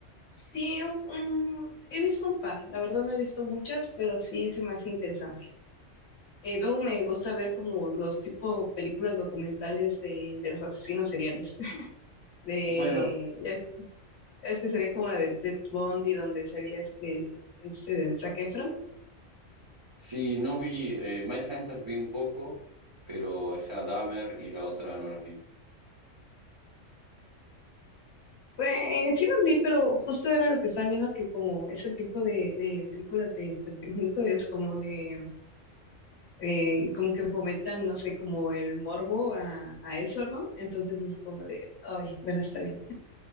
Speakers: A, on the left; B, on the right.
A: sí, un- un- he visto un par. La verdad no he visto muchas, pero sí se me hace interesante. Eh, luego me gusta ver como los tipo películas documentales de, de los asesinos seriales. <laughs> De,
B: Bueno,
A: ya es, es que sería como la de Ted Bundy, donde salía este, este Zac Efron.
B: sí, no vi, eh, Hunter vi un poco, pero esa Dahmer y la otra no las vi.
A: Pues eh, sí los vi, pero justo era lo que estaba viendo que como ese tipo de, de películas de entretenimiento es como de, eh, como que fomentan, no sé, como el morbo a, a eso, ¿no? Entonces es como de, ay, bueno, está bien.